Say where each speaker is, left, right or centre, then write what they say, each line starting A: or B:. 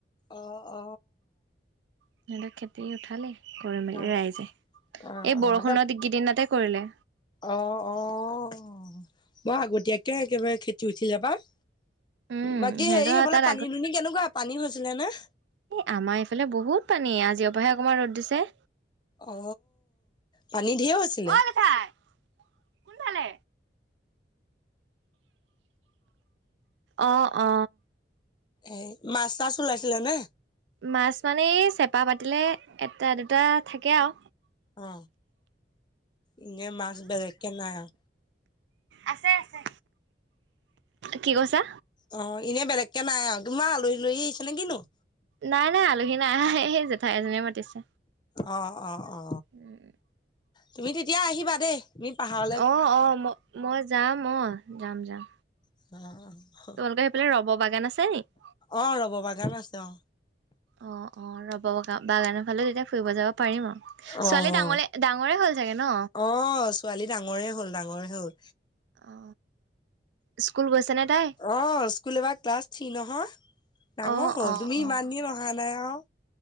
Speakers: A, on the left; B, on the right.
A: অ অ
B: সিহঁতক খেতি উঠালে কৰি মেলি
A: অ
B: ৰাইজে
A: অ
B: এই বৰষুণৰ
A: অ ত
B: গিদিনতে কৰিলে
A: অ অ বৰ আগতীয়াকে একেবাৰে খেতি উঠিলে পাই
B: উম
A: বাকী
B: সিহঁতৰ
A: হেৰি সেইফালে
B: তাত
A: পানী দুনী কেনেকুৱা পানী হৈছিলে নে
B: এ আমাৰ এইফালে বহুত পানী আজিৰ পৰাহে অকণমান ৰ'দ দিছে
A: অ পানী ঢেৰ হৈছিলে
B: ঐ জেঠাই কোনফালে অ অ
A: এ মাছ চাছ ওলাইছিলে নে
B: মাছ মানে চেপা পাতিলে এটা দুটা থাকে আও
A: অ এনেই মাছ বেলেগকে নাই আও
B: আছে আছে কি কৈছা
A: অ এনে বেলেগকে নাই আৰু তোমাৰ আলহী দুলহী আহিছে নে কিনো
B: নাই নাই আলহী নাই সেই জেঠাই এজনী মাতিছে।
A: অ অ অ
B: উম উম
A: তুমি তেতিয়া আহিবা দেই তুমি পাহাৰত
B: অ অ ম মই যাম অ যাম যাম
A: অ
B: তেওঁলোকৰ সেইফালে ৰব বাগান আছে নেকি
A: অ ৰ'ব বাগান আছে অ
B: অ অ ৰ'ব বা বাগানৰ ফালে তেতিয়া ফুৰিব যাব পাৰিম আও ছোৱালী
A: অ',
B: ডাঙৰে ডাঙৰে হ'ল চাগে ন
A: অ ছোৱালী ডাঙৰে হল ডাঙৰে হ'ল
B: অ স্কুল গৈছে। নে তাই?
A: অ স্কুল এবাৰ ক্লাছ থ্ৰী নহয় ডাঙৰ
B: অ',
A: হ'ল
B: অ',
A: তুমি
B: অ',
A: ইমান দিন অহা নাই আও